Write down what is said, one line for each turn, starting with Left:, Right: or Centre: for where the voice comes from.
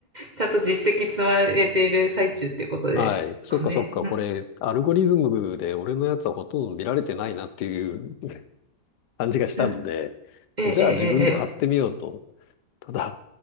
Right: ちゃんと実績積まれている最中っていうことで
Left: はい。そっかそっか。
Right: ですね。う
Left: これ、アルゴリズムで俺のやつはほとんど見られてないなっていうね感じがしたので、
Right: ん、うんええ、
Left: じゃあ自分で買ってみようと。
Right: ええ、ええ
Left: ただ、